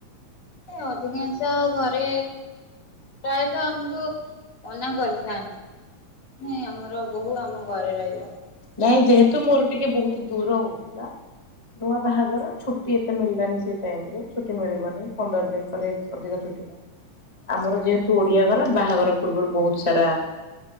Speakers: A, on the left; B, on the left.
A: ଏ ଅଧିକାଂଶ ଘରେ ପ୍ରାୟତଃ ଆମୁକୁ ମନା କରିଥାନ୍ତି ମାନେ ଆମର ବୋହୂ ଆମ ଘରେ ରହିବ।
B: ନାଇଁ ଯେହେତୁ ମୋର ଟିକେ ବୋହୁତ ଦୂର ହୋଉଥିଲା ନୂଆ ବାହାଘର ଛୁଟି ଏତେ ମିଳିଲାନି ସେଇ ଟାଇମ୍ ରେ ଛୁଟି ମିଳିବନି ପନ୍ଦର ଦିନ ପରେ ଅଧିକ ଛୁଟି ନାହିଁ ଆମର ଯେହେତୁ ଓଡ଼ିଆ ଘର ବାହାଘର ପୂର୍ବରୁ ବୋହୁତ ସାରା